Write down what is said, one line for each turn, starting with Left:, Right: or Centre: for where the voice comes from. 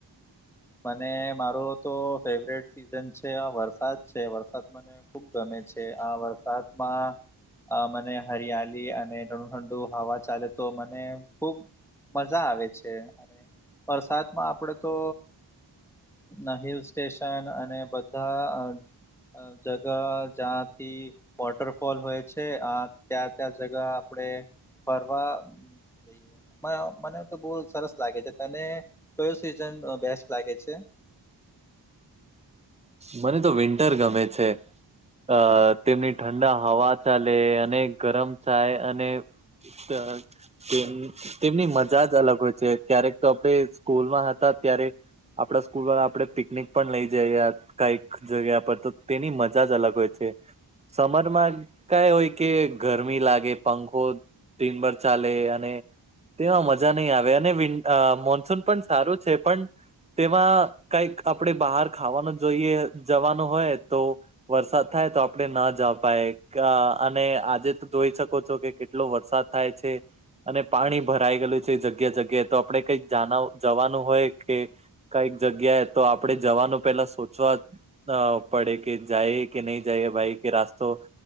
Centre: મને મારો તો ફેવરેટ સિઝન છે વરસાદ છે વરસાદ મને ખુબ ગમે છે આ વરસાદમાં અ મને હરિયાલી અને ઘણું ઠંડું હવા ચાલે તો મને ખુબ મજા આવે છે અને વરસાદમાં આપડ તો અ હિલ સ્ટેશન અને બધા અ જગહ જથી વોટરફોલ હોય છે આ ત્યાં ત્યાં જગા આપડે ફરવા મને તો બહ સરસ લાગે છે તને કયો સીઝન બેસ્ટ લાગે છે.
Right: મને તો વિન્ટર ગમે છે. અ તેમની ઠંડા હવા ચાલે અને ગરમ ચાય અને. <unintelligible> તેમ તેમની મજા જ અલગ હોય છે ક્યારેક તો આપણે સ્કૂલમાં હતા ત્યારે. આપડા સ્કૂલ વાળા આપડે પિકનિક પણ લઇ જઈએ <inaudible> કઈક જગ્યા પર તો તેની મજા જ અલગ હોય છે. સમરમાં કઈ હોય કે ગરમી લાગે પંખો. ટીન ભર ચાલે અને. તેમાં મજા નહીં આવે અને વિ મોનસૂન પણ સારું છે પણ. તેમાં કઈક આપણે બહાર ખાવાનું જોઈએ જવાનું હોય તો. વરસાદ થાય તો આપડ ન જ પાય અને આજે તો જોઈ શકો છો કે કેટલો વરસાદ. થાય છે. અને પાણી ભરાઈ ગયેલું છે જગ્યા જગ્યા તો આપણે કઈક જવાનું હોય કે. કઈક જગ્યાએ તો આપડે જવાનું પેલા સોચ <unintelligible> પડે કે જઈ કે નહી જઈ ભાઈ કે રાસ્તો.